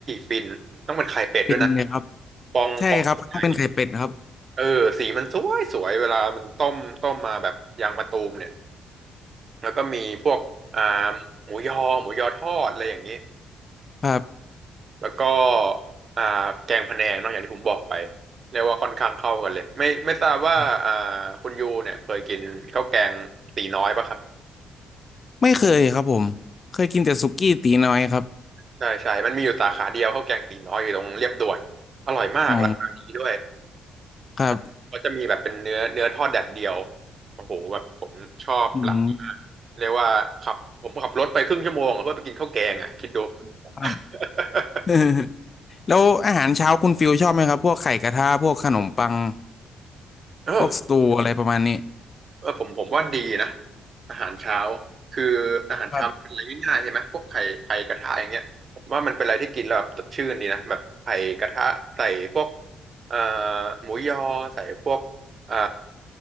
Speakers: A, on the right; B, on the left.
A: ฟินต้องเป็นไข่เป็ดด้วยนะ
B: ฟินเลยครับ
A: ฟองฟองใหญ่
B: ใช่ครับต้องเป็นไข่เป็ดครับ
A: เออสีมันสวยสวยเวลามันต้มต้มมาแบบยางมะตูมเนี่ย แล้วก็มีพวกอ่าหมูยอหมูยอทอดอะไรอย่างนี้
B: ครับ
A: แล้วก็อ่าแกงพะแนงเนอะอย่างที่ผมบอกไปเรียกว่าค่อนข้างเข้ากันเลยไม่ไม่ทราบว่าอ่า
B: ครับ
A: คุณยูเนี่ยเคยกินข้าวแกงตีน้อยปะครับ
B: ไม่เคยครับผมเคยกินแต่สุกี้ตีน้อยครับ
A: ใช่ใช่มันมีอยู่สาขาเดียวข้าวแกงตีน้อยอยู่ตรงเรียบด่วนอร่อยมากราคาดีด้วย
B: อ๋อครับ
A: ใช่ก็จะมีแบบเป็นเนื้อเนื้อทอดแดดเดียวโอ้โหแบบผมชอบร้านนี้มากเรียกว่าขับผมขับรถไปครึ่งชั่วโมงอะเพื่อไปกินข้าวแกงอ่ะคิดดู
B: อืมครับ
A: <laughs>
B: <laughs> แล้วอาหารเช้าคุณฟิลชอบไหมครับพวกไข่กระทะพวกขนมปัง
A: เออ
B: พวกสตูอะไรประมาณนี้
A: เออผมผมว่าดีนะอาหารเช้าคืออาหารเช้ามันเป็นอะไรง่ายๆใช่ไหมพวกไข่ไข่กระทะอย่างเงี้ยผมว่ามันเป็นอะไรที่กินแล้วแบบสดชื่นดีนะแบบไข่กระทะใส่พวก
B: ครับ
A: เอ่อหมูยอใส่พวกเอ่อ